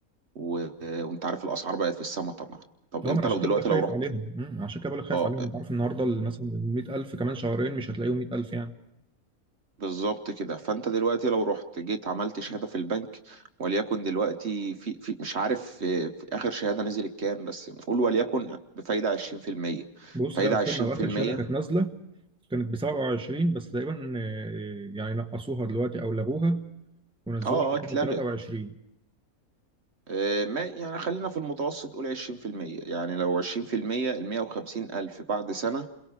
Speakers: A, on the right; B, in the centre.
A: و- وانت عارف الأسعار بقت في السما طبعا طب
B: اه ما
A: انت
B: انا عشان
A: لو دلوقتي
B: كده بقول لك
A: لو
B: خايف
A: رحت
B: عليهم امم عشان كده بقول لك خايف
A: اه
B: عليهم انت عارف النهارده ال- مثلا ال 100000 كمان شهرين مش هتلاقيهم 100000 يعني
A: بالظبط كده فانت دلوقتي لو رحت جيت عملت شهاده في البنك وليكن دلوقتي في, في مش عارف في, في اخر شهاده نزلت كام بس نقول وليكن بفايده 20%
B: بص
A: فايده
B: لا استنى
A: 20%
B: واخر شهاده كانت نازله كانت ب 27 بس تقريبا آه، يعني نقصوها دلوقتي او لغوها ونزلوها
A: اه اه اتلغت
B: كده 23
A: آه، ما يعني خلينا في المتوسط قول 20% يعني لو 20% ال 150 ألف بعد سنة